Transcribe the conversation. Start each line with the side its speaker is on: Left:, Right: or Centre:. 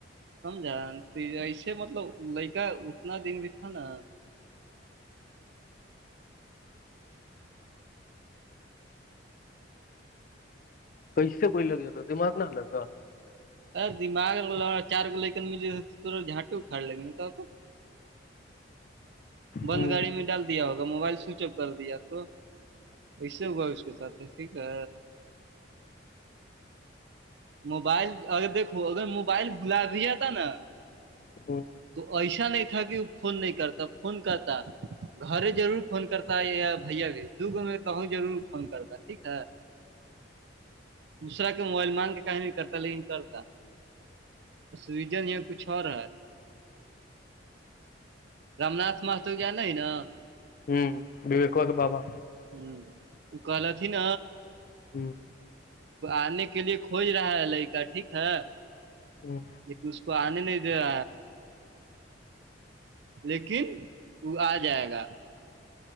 Right: سمجھا ایسے مطلب لکا اتنا دن بھی تھا نا
Left: کی سے کوئی لگ جاتا دماغ نہ الگا
Right: ار دماغا چار لیکن مجھےورا جھانٹو کھڑ لگے بتا تو بند
Left: ہوں
Right: گاڑی میں ڈال دیا ہوگا موبائل سوئچ آف کر دیا تو ویسے ہوا اس کے ساتھ ہے ٹھیک ہے موبائل اگر دیکھو اگر موبائل بلا بھی جاتا نا
Left: ہوں
Right: تو ایسا نہیں تھا کہ وہ فون نہیں کرتا فون کرتا گھر ضرور فون کرتا ہے یا بھیا بھی دوگو میں کہوں ضرور فون کرتا ہے ٹھیک ہے دوسرا کے موبائل مان کے کہ نہیں کرتا لیکن کرتا سیجن یہ کچھ اور ہے رام ناتھ ما تو کیاان ہے نا
Left: ہوں بی ویکھو کہ پاپا
Right: ہ وہ کہل تھ ن
Left: ہوں
Right: آنے کے لیے کھوج رہا ہے لڑکا ٹھیک ہے
Left: ہوں
Right: لیکن اس کو آنے نہیں دیا لیکن وہ آ جائے گا